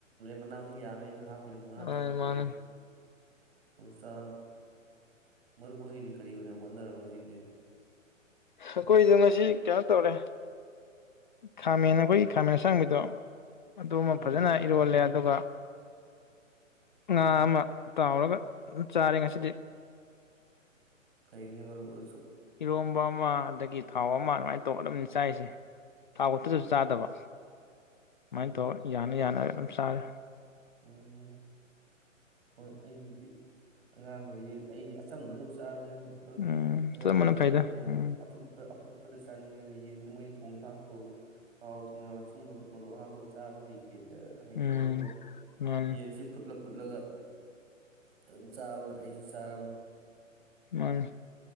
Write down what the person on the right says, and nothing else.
ꯃꯤꯅꯠ ꯝꯉꯥ
ꯇꯥꯔꯨꯛ ꯁꯨꯏ
ꯆꯥ ꯃꯔꯨꯞ ꯍꯩꯗꯤ ꯀꯔꯤꯅꯣ ꯍꯣꯠꯅꯔꯕ ꯉꯥꯁꯤꯗꯤ
ꯎꯝ
ꯀꯩꯩꯅꯦ ꯃꯔꯄ
ꯎꯝ
ꯃꯥꯅꯤ ꯃꯥꯅꯤ ꯍꯣꯏ ꯑꯩꯒꯤꯗꯤ ꯑꯉꯥꯡꯈꯩꯗꯤ ꯑꯩꯗꯤ ꯑꯆꯝꯕꯗꯕꯨ ꯆꯥꯅꯁꯦ ꯃꯔꯨꯞ
ꯑꯉꯥꯡꯕꯁꯤꯅ
ꯀꯣꯜ
ꯑꯐꯨꯠ <unintelligible> ꯍꯥꯄꯗ ꯆꯥꯅꯤꯡꯉꯤꯗꯅ ꯌꯦꯟꯗ ꯃꯣꯏꯗꯤ ꯊꯣꯡ ꯊꯥꯛ ꯇꯧꯔ ꯊꯥꯎ ꯊꯣꯡꯅ ꯍꯥꯞꯆꯤꯟꯕ ꯃꯣꯔꯣꯛ ꯍꯥꯞꯄꯗ ꯆꯥꯕ ꯍꯩ ꯁꯤ ꯍꯩꯇꯕꯩꯀꯣ
ꯌꯦꯟꯁꯤ ꯐꯨꯠꯂꯞ ꯄꯨꯠꯂꯒ ꯑꯗꯨꯝ ꯆꯥꯕꯅ ꯑꯩꯁꯨ ꯆꯥꯔꯕꯅꯤ